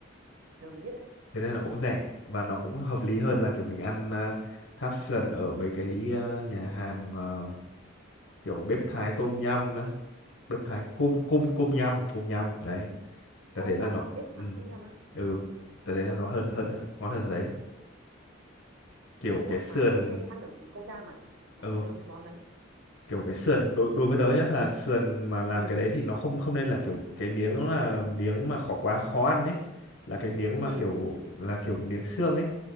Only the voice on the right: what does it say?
giờ mới biết đấy
công
nhâm
á biết Thái
công nhâm á
của
ừ.
của
mà tớ hay ăn được công nhâm mà nhỉ? mà
không thấy cái món đấy
ừ
ừ